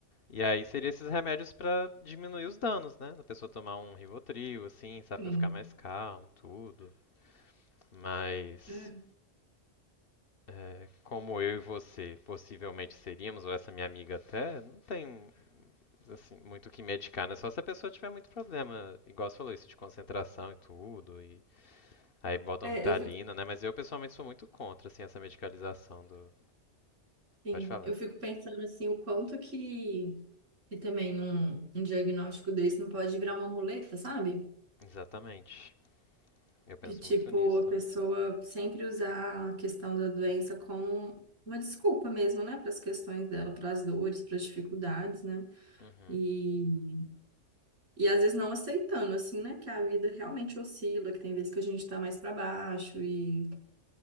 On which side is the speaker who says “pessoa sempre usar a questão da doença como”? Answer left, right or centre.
Right